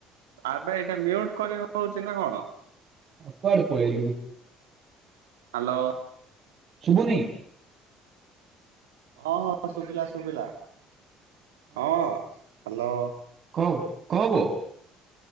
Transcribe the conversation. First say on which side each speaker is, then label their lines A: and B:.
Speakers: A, on the right; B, on the right.
A: ଆବେ ଏଇଟା ମ୍ୟୁଟ କରି ହଉଚି ନା କଣ?
B: ଅ କୁଆଡ଼େ ପଳେଇଲୁୁ?
A: ହାଲୋ।
B: ଶୁବୁନି?
A: ହଁ ହଁ ଶୁଭିଲା ଶୁଭିଲା ହଁ ହ୍ୟାଲୋ
B: କହବ କହବ